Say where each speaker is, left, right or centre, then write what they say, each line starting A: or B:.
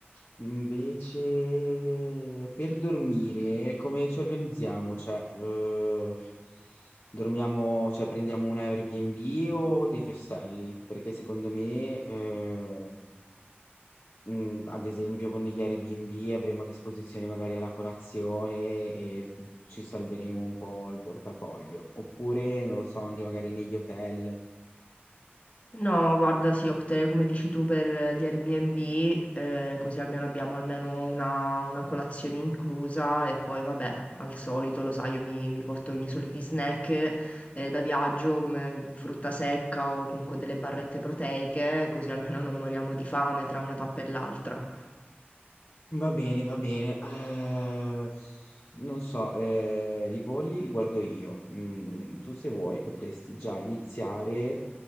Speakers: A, on the left; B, on the left.
A: Invece, per dormire, come ci organizziamo? Cioè, eh, dormiamo, cioè, prendiamo un Airbnb o degli ostelli? Perché secondo me, eh, mm, ad esempio, con gli Airbnb avremo a disposizione magari la colazione e ci salveremo un po' il portafoglio. Oppure, non lo so, anche magari negli hotel.
B: No, guarda, sì, opterei come dici tu per gli Airbnb, ehm, così almeno abbiamo almeno una una colazione inclusa e poi vabbè, al solito lo sai io mi mi porto i miei soliti snack, ehm, da viaggio come frutta secca o comunque delle barrette proteiche, così almeno non moriamo di fame tra una tappa e l'altra.
A: Va bene, va bene. Eh, non so, eh, i voli li guardo io. Mm, tu se vuoi potresti già iniziare